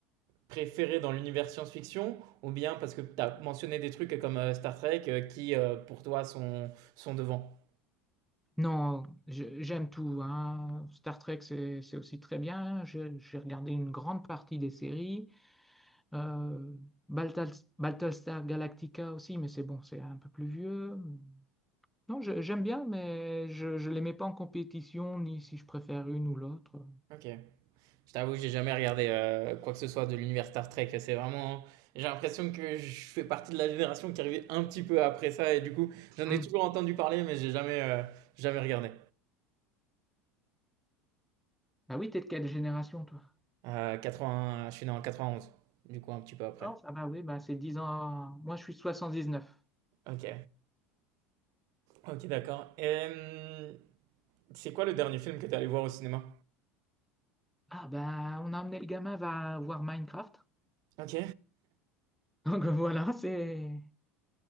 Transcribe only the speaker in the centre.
Non, je- j'aime tout, hein. Star Trek, c'est c'est aussi très bien. J'ai j'ai regardé une grande partie des séries. Euh, Baltas- Battlestar Galactica aussi, mais c'est bon, c'est un peu plus vieux. Non, je- j'aime bien, mais je ne les mets pas en compétition, ni si je préfère une ou l'autre.
Hmm.
Ah oui, t'es de quelle génération, toi?
Alors, Ah bah oui, bah c'est 10 ans. Moi, je suis 79.
Ah bah, on a amené le gamin va voir Minecraft.
Donc voilà, c'est...